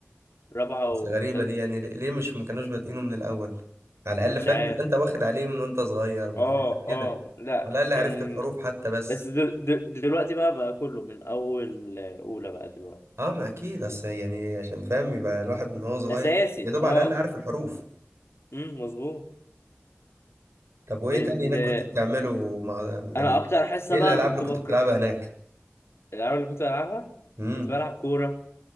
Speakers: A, on the left; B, on the right.
A: رابعة
B: بس
A: وست
B: غريبة دي يعني ليه ليه مش ما كانوش بادئينه من الأول على
A: مش
B: الأقل فاهم
A: عارف
B: تبقى أنت واخد عليه من وأنت صغير بتاع
A: اه
B: كده
A: اه لا
B: على الأقل
A: كان
B: عرفت الحروف حتى بس
A: بس دل... دل... دلوقتي بقى بقى كله من اول اولى بقى دلوقتي
B: أه ما أكيد بس يعني عشان فاهم يبقى الواحد من هو صغير
A: اساسي
B: يا دوب
A: اه
B: على الأقل عارف الحروف
A: امم مظبوط
B: طب وإيه
A: ال...
B: تاني هناك كنت بتعمله مع يعني
A: انا اكتر حصة
B: إيه
A: بقى
B: الألعاب
A: كنت
B: اللي كنت
A: بكر
B: بتلعبها هناك؟
A: الالعاب اللي كنت بلعبها
B: امم
A: كنت بلعب كورة